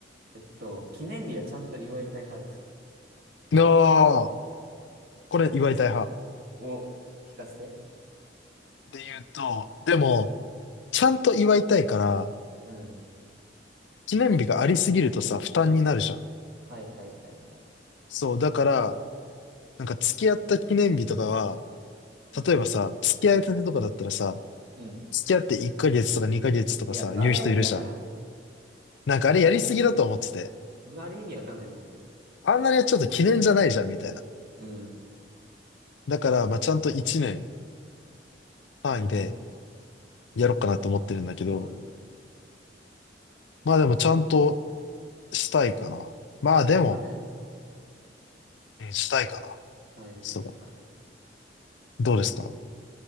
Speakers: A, on the right (about 60°); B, on the left (about 85°).
A: えっと、記念日はちゃんと祝いたい派ですか
B: ああ、これ祝いたい派。
A: を聞かせて。
B: で言うと、でも、ちゃんと祝いたいから、
A: うん。
B: 記念日がありすぎるとさ、負担になるじゃん。
A: はいはいはいはい。
B: そう、だから、なんか付き合った記念日とかは、
A: うん、
B: 例えばさ、付き合いたてとかだったらさ、
A: うん、
B: 付き合って1ヶ月とか2ヶ月とかさ、
A: いや、僕あれは意味わからん。
B: 言う人いるじゃん。なんかあれやりすぎだと思ってて、
A: 僕あれ意味わかんないと思ってる。
B: あんなにはちょっと記念じゃないじゃん、みたいな。
A: うん
B: だから、まあ、ちゃんと1年単位で、
A: うん。
B: やろうかなと思ってるんだけど、
A: そうだね。
B: まあでもちゃんとしたいかな。まあでも、
A: 伝え派ね。
B: うんしたいかな。
A: はいはいはい。
B: そうだ。どうですか